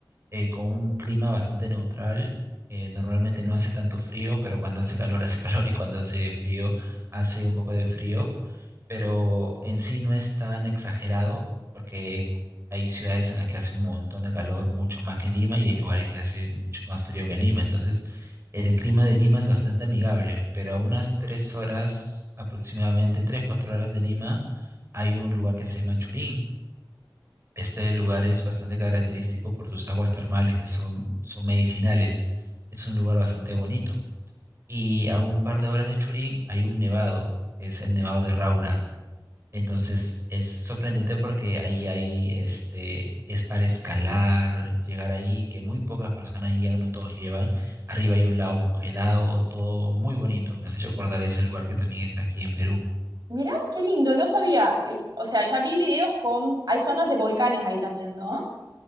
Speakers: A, on the right; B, on the right.
A: eh, con un clima bastante neutral. eh, normalmente no hace tanto frío, pero cuando hace calor hace <laughs> calor y cuando hace frío hace un poco de frío pero en sí no es tan exagerado porque hay ciudades en las que hace un montón de calor, mucho más que en Lima, y hay lugares que hace mucho más frío que en Lima. Entonces, el clima de Lima es bastante amigable, pero a unas tres horas aproximadamente, tres, cuatro horas de Lima, hay un lugar que se llama Churín. Este lugar es bastante característico por sus aguas termales que son, son medicinales. Es un lugar bastante bonito. Y a un par de horas de Churín hay un nevado, que es el Nevado de Raura entonces es sorprendente porque ahí hay, este, es para escalar, llegar ahí, que muy pocas personas llegan, no todos llevan. Arriba hay un lago congelado, todo muy bonito. Me has hecho acordar ese lugar que también está aquí en Perú.
B: Mira, qué lindo, no sabía. El- O sea, ya vi videos con... Hay zonas de volcanes ahí también, ¿no?